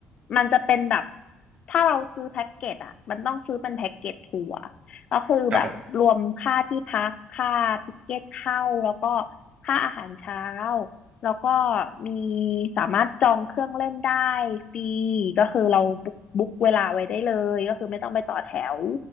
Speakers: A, on the left; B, on the right.
A: มันจะเป็นแบบถ้าเราซื้อแพ็กเกจอ่ะมันต้องซื้อเป็นแพ็กเกจทัวร์ก็คือแบบรวมค่าที่พักค่าทิเก็ตเข้าแล้วก็
B: ครับผม
A: ค่าอาหารเช้าแล้วก็มีสามารถจองเครื่องเล่นได้ฟรีก็คือเราบุ๊กบุ๊กเวลาไว้ได้เลยก็คือไม่ต้องไปต่อแถว